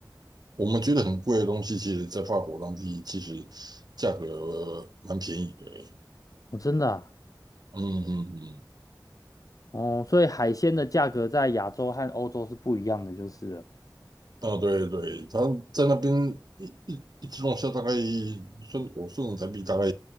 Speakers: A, on the right; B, on the left.
A: 我们觉得很贵的东西，其实在法国当地其实价格蛮便宜的欸
B: 哦，真的啊。
A: 嗯嗯嗯，
B: 哦，所以海鲜的价格在亚洲和欧洲是不一样的，就是了。
A: 啊对对，他在那边一一一只龙虾大概算我算人民币大概